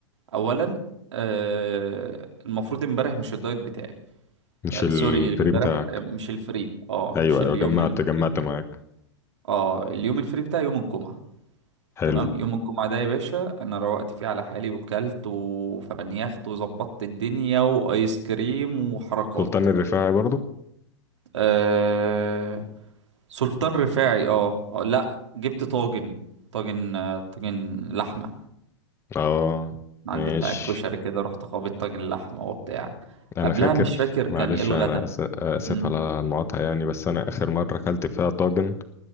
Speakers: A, on the right; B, on the left.
A: اولا آه المفروض امبارح مش الدايت بتاعي
B: مش
A: تا-
B: الفري
A: سوري امبارح
B: بتاعك
A: آه، مش الفري اه
B: ايوه
A: مش اليوم
B: ايوه جمعت
A: الفري
B: جمعت
A: بتاعي
B: معاك
A: اه اليوم الفري بتاعي يوم الجمعة
B: حلو
A: تمام يوم الجمعة ده يا باشا أنا روقت فيه على حالي وكلت وفنيخت وظبطت الدنيا وآيس كريم وحركات
B: سلطان الرفاعي برضو
A: أه... سلطان رفاعي اه آه، لأ جبت طاجن طاجن آه، طاجن لحمة
B: اه
A: عند
B: ماشي
A: بتاع الكشري كده رحت خابط طاجن لحمة وبتاع
B: انا
A: قبلها
B: فاكر
A: مش فاكر كان
B: معلش
A: ايه الغدا
B: انا آس- اسف
A: مم.
B: على المقاطعه يعني بس انا اخر مره اكلت فيها طاجن